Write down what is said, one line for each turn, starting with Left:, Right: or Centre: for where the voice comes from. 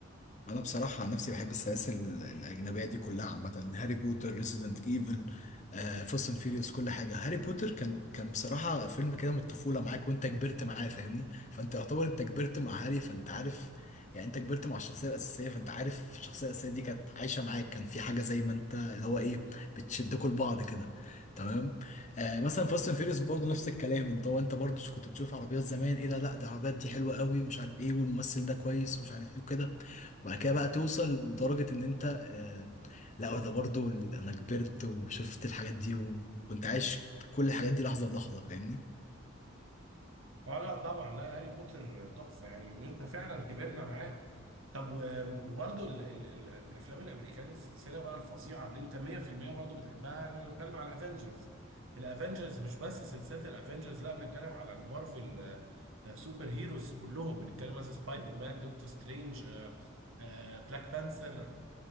Left: انا بصراحه عن نفسي بحب السلاسل ال- الاجنبيه دي كلها عامه هاري بوتر ريزيدنت ايفل فاست اند فيريوس كل حاجه هاري بوتر كان كان بصراحه فيلم كده من الطفوله معاك وانت كبرت معاه فاهمني فانت يعتبر انت كبرت مع هاري فانت عارف يعني انت كبرت مع الشخصيه الاساسيه فانت عارف الشخصيه الاساسيه دي كانت عايشه معاك كان في حاجه زي ما انت اللي هو ايه بتشدكوا لبعض كده تمام آه مثلا فاست اند فيريوس برضه نفس الكلام انت هو انت برضه كنت بتشوف عربيات زمان ايه ده لا ده العربيات دي حلوه قوي ومش عارف ايه والممثل ده كويس ومش عارف ايه وكده بعد كده بقى توصل لدرجة إن أنت آه، لا ده برضو ال- أنا كبرت وشفت الحاجات دي وكنت عايش كل الحاجات دي لحظة بلحظة فاهمني؟
Right: اه لا طبعا لا هاري بوتر تحفه يعني وانت فعلا كبرنا معاه طب و- وبرضه ال- ال- ال- الافلام الامريكاني السلسله بقى الفظيعه اللي انت 100% برضه بتحبها انا بنتكلم على الافنجرز الافنجرز مش بس سلسله الافنجرز لا بنتكلم على المارفل آه، آه، سوبر هيروز كلهم بنتكلم مثلا سبايدر مان دكتور سترينج آه، آه، بلاك بانثر